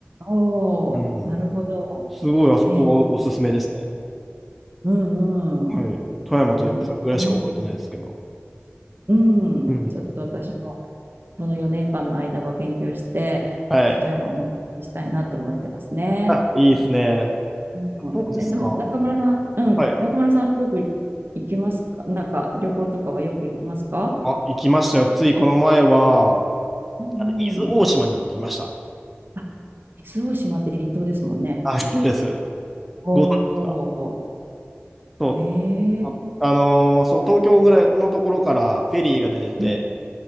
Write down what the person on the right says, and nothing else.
おお、
なるほど。
えい。うんうん。
あ、え、うん、うん。うんちょっと私も、
この4年間の間は勉強して、
ちょっと富山をお待ちしたいなと思ってますね。
うん、
え、でも、中村さん、うん、
中村さん、よく行きますかなんか、旅行とかはよく行きますか
うんうん。
あ、伊豆大島って離島ですもんね。
おお、
ええ
う